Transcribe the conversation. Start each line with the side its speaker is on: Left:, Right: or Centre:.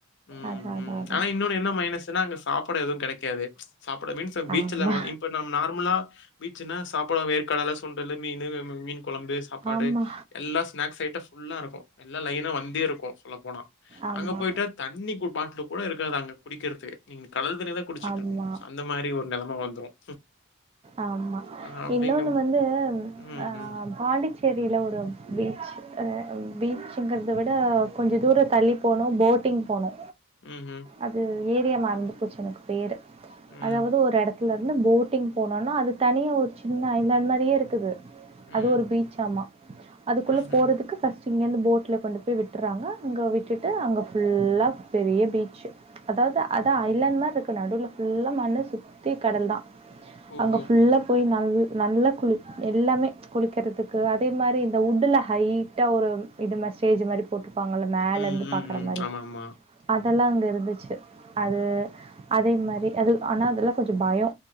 Left: ம்
Right: அதா அதா
Left: ம்
Right: அதா
Left: ஆனா இன்னொ என்ன மைனஸ்னா அங்க சாப்ட எது கெட க்காது சாப்ட மீன்ஸ் பீச்சல
Right: ஆமா
Left: இப்ப நம் நார்மலா பீச்னா சாப்ட வேர்கடல சுன் டலு மீனு <unintelligible> மீன் கொழம்பு சாப்பாடு
Right: ஆமா
Left: எல்லா ஸ்நாக்ஸ் ஐட்ட ஃபுல்லாருக்கு எல்லா லைனு வந்தேருக்கு ல போனா
Right: ஆமா
Left: அங்க போயிட்டு தண்ணி கு பாட்லு கூட இருக்காது அங்க குடிக்கர்துக்கு நீங்க கடல் தண்ணி தான் குடிச்சிட்டு
Right: ஆமா
Left: இருக்கணும். அந்த மாரி ஒரு நெலைம வந்துரும்.
Right: ஆமா
Left: அ அப்படிங்கும்
Right: இன்னொன்னு வந்து
Left: ம்,
Right: ஆ
Left: ம்.
Right: பாண்டிச்சேரில ஒரு பீச் பீச்சுங்றத விட கொஞ்சோ தூர தள்ளி போனோ போட்டிங் போனோ
Left: ம் ம்
Right: அது ஏரியா மறந்து போச்சு எனக்கு பேரு
Left: ம்,
Right: அதாவது ஒரு எடத்து லருந்து போட்டிங் போனோனா அது தனியா ஒரு சின்ன ஐ லேண்ட் மாரியேருக்குது
Left: ம்.
Right: அது ஒரு பீச் ஆமா அதுக்குள்ள
Left: ம்ஹ்ம்.
Right: போறதுக்கு இங்கந்து போட்ல கொண்டு போய் விட்டுறாங்க அங்க விட்டுட்டு அங்கல்லா பெரிய பீச்ச அதாவது அத ஐலண்ட் மாரி இரு நடுவுல ஃபுல்லா மண்ணு சுத்தி கடல் தா
Left: ஓஹோ!
Right: அங்க ஃபுல்லா போயி நல் நல்லா குளி எல்லாமே குளிக்கறத்துக்கு அதே மாரி இந்த உட்டுல ஹைட்டா ஒரு இது மாரி ஸ்டேஜ் மாரி போட்டு ருப்பாங்கள மேலருந்து
Left: ம், ம்,
Right: பாக்குற
Left: ம்.
Right: மாரி
Left: ஆமாமா.
Right: அது இதெல்லா அங்கருந்துச்சு அது அதே மாரி அது ஆனா அதெலா கொஞ்ச பயொ